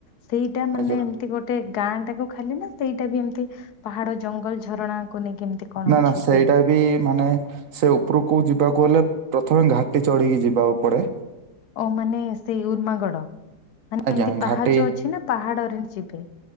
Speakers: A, on the left; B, on the right.
A: ସେଇଟା ମାନେ
B: ଆଜ୍ଞା।
A: ଏମିତି ଗୋଟେ ଗାଁ ଟାକୁ ଖାଲି ନା ସେଇଟା ବି ଏମିତି ପାହାଡ ଜଙ୍ଗଲ ଝରଣାକୁ ନେଇ ଏମିତି କଣ
B: ନା
A: ଅଛି
B: ନା ସେଇଟା
A: ସେଇ
B: ବି ମାନେ ସେ ଉପରକୁ ଯିବାକୁ ହେଲେ, ପ୍ରଥମେ ଘାଟି ଚଢ଼ିକି ଯିବାକୁ ପଡ଼େ।
A: ଓ ମାନେ ସେଇ ଉର୍ମାଗଡ। ମାନେ
B: ଆଜ୍ଞା
A: ଏମିତି ପାହାଚ
B: ଘାଟି
A: ଅଛି ନା ପାହାଡରେ ଯିବେ?